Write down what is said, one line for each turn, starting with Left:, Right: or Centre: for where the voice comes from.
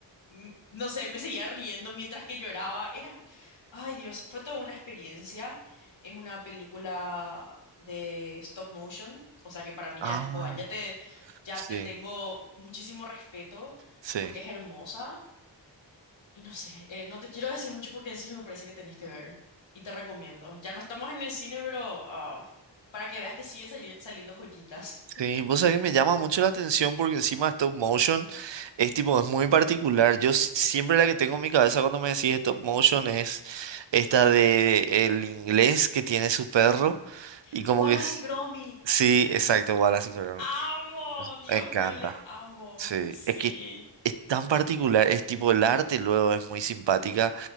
Left: mm, no sé, me seguía riendo mientras que lloraba. Era, ay Dios, fue toda una experiencia. Es una película de stop motion, o sea que para mí
Right: Ah,
Left: ya es tipo, "Ay, ya te, ya
Right: sí,
Left: te tengo muchísimo respeto
Right: sí.
Left: porque es hermosa. Y no sé, eh, no te quiero decir mucho porque en serio me parece que tenés que ver. Y te recomiendo. Ya no estamos en el cine, pero ah, para que veas que siguen sali- saliendo joyitas.
Right: Sí, vos sabés que me llama mucho la atención porque encima stop motion es tipo, es muy particular. Yo si- siempre la que tengo en mi cabeza cuando me decís stop motion es esta de el inglés que tiene su perro
Left: <laughs>
Right: y como
Left: Wallace
Right: que es-
Left: y Gromit.
Right: sí, exacto, Wallace y Gromit.
Left: Amo, Dios
Right: Me encanta.
Left: mío, les amo.
Right: Sí,
Left: Sí.
Right: es que es tan particular, es tipo el arte luego es muy simpática